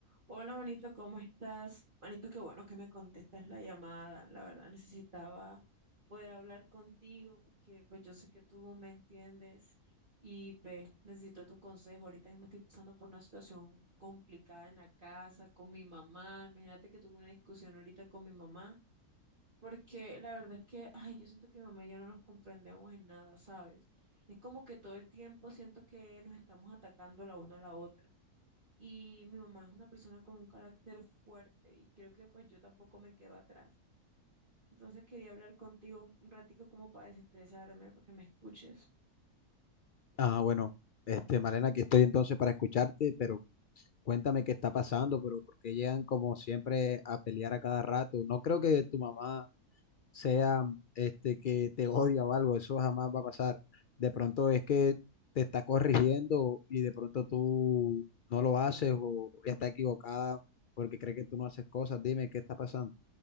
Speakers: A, on the right; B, on the left.
A: Hola, manito, ¿cómo estás? Manito, qué bueno que me contestas la llamada. La verdad necesitaba poder hablar contigo porque pues yo sé que tú me entiendes y pues necesito tu consejo. Ahorita mismo estoy pasando por una situación complicada en la casa con mi mamá. Imagínate que tuve una discusión ahorita con mi mamá porque la verdad es que, ay, yo siento que mi mamá y yo no nos comprendemos en nada, ¿sabes? Es como que todo el tiempo siento que nos estamos atacando la una a la otra y mi mamá es una persona con un carácter fuerte y creo que pues yo tampoco me quedo atrás. Entonces quería hablar contigo un un ratico como para desestresarme, para que me escuches.
B: Ah, bueno, este, Malena, aquí estoy entonces para escucharte, pero cuéntame qué está pasando, pero por qué llegan como siempre a pelear a cada rato. No creo que tu mamá sea, este, que te odia o algo, eso jamás va a pasar. De pronto es que te está corrigiendo y de pronto tú no lo haces o ella está equivocada porque cree que tú no haces cosas. Dime qué está pasando.